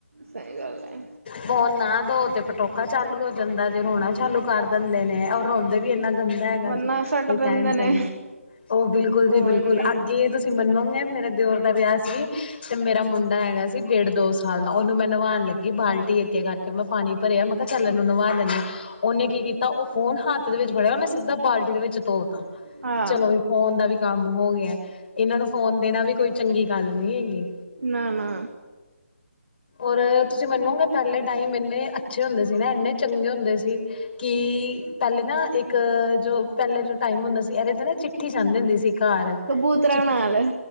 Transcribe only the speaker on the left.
ਫੋਨ ਨਾ ਦੋ ਤੇ ਪਟੋਕਾ ਚਾਲੂ ਹੋ ਜਾਂਦਾ ਜੇ, ਰੋਣਾ ਚਾਲੂ ਕਰ ਦਿੰਦੇ ਨੇ ਔਰ ਰੋਂਦੇ ਵੀ ਇੰਨਾ ਗੰ ਹੈਗਾ
ਜੀ,
ਕੋਈ
ਕਹਿ ਨੀ
ਸਕਦਾ, ਉਹ ਬਿਲਕੁਲ ਜੀ
ਬਿਲਕੁਲ
ਅੱਗੇ ਤੁਸ ਤੁਸੀਂ ਮੰਨੋਗੇ, ਮੇਰੇ ਦਿਓਰ ਦਾ ਵਿਆਹ ਸੀ, ਤੇ ਮੇਰਾ ਮੁੰਡਾ ਹੈਗਾ ਸੀ। ਸੀ ਡੇਢ ਦੋ ਸਾਲ ਦਾ, ਉਹਨੂੰ ਮੈਂ ਨਵਾਉਣ ਲੱਗੀ ਬਾਲਟੀ ਅੱਗੇ ਕਰਕੇ ਮੈਂ ਪਾਣੀ ਭਰਿਆ ਮੈਂ ਕਿਹਾ ਚੱਲਣ ਇਹਨੂੰ ਨਵਾ ਦਿੰਦੀ। ਉਹਨੇ ਕੀ ਕੀਤਾ, ਉਹ ਫੋਨ ਹੱਥ ਦੇ ਵਿੱਚ ਫੜਿਆ ਉਹਨੇ ਸਿੱਧਾ ਬਾਲਟੀ ਦੇ ਵਿੱਚ ਧੋਤਾ।
ਚਲੋ ਫੋਨ ਦਾ ਵੀ ਕੰਮ ਹੋ ਗਿਆ, ਇਹਨਾਂ ਨੂੰ ਫੋਨ ਦੇਣਾ ਵੀ ਕੋਈ। ਚੰਗੀ ਗੱਲ ਨੀ ਹੈਗੀ।
ਔਰ ਤੁਸੀਂ ਮੰਨੋਗੇ ਪੈਲੇ ਟਾਈਮ ਇੰਨੇ ਅੱਛੇ ਹੁੰਦੇ ਸੀ ਨਾ ਇੰਨੇ ਚੰਗੇ ਹੁੰਦੇ ਸੀ। ਕੀ ਪੈਲੇ ਨਾ ਇੱਕ ਜੋ ਪੈਲੇ ਜੋ ਟਾਈਮ ਹੁੰਦਾ ਸੀ, ਐਦੇ ਤੇ ਨਾ ਚਿੱਠੀ ਜਾਂਦੀ ਹੁੰਦੀ ਸੀ। ਕਾਰ
ਚਿੱਠੀ